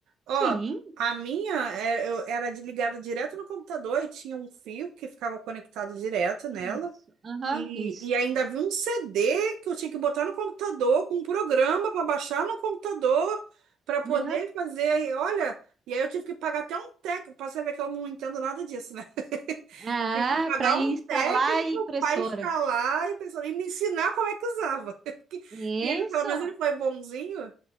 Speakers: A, on the right (about 85°); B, on the right (about 45°).
A: Ó,
B: Sim,
A: a minha era, eu, era de- ligada direto no computador e tinha um fio que ficava conectado direto nela.
B: isso. Aham,
A: E,
B: isso.
A: e ainda vi um CD que eu tinha que botar no computador, com um programa para baixar no computador, para poder
B: Aham.
A: fazer. aí Olha, e aí eu tive que pagar até um técnico, para você ver que eu não entendo nada disso, né? <laughs>
B: Ah,
A: Eu tive que pagar
B: para instalar
A: um técnico
B: a impressora.
A: para instalar e, pessoal, e me ensinar como é que usava. <laughs> Que, que
B: Isso.
A: ele, pelo menos, ele foi bonzinho,